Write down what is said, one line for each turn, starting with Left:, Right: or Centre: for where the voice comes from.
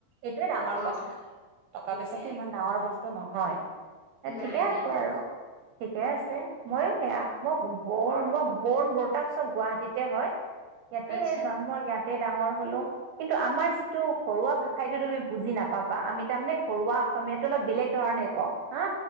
Right: এইটোৱে ডাঙৰ
Left: অ
Right: কথা টকা
Left: সেইটোৱে
Right: পইচা ইমান ডাঙৰ বস্তু নহয়।
Left: নাই
Right: ঠিকে আছে
Left: নাই
Right: আৰু ঠিকে আছে মইও সেয়া মই ব মই বৰ্ণ বৰতাক চব গুৱাহাটীতে হয়। ইয়াতে
Left: আচ্ছা
Right: জন্ম ডাঙৰ হলো কিন্তু আমাৰ যিটো ঘৰুৱা ভাষাটো তুমি বুজি নাপাবা আমি তাৰ মানে ঘৰুৱা অসম অলপ বেলেগ ধৰণে কওঁ হা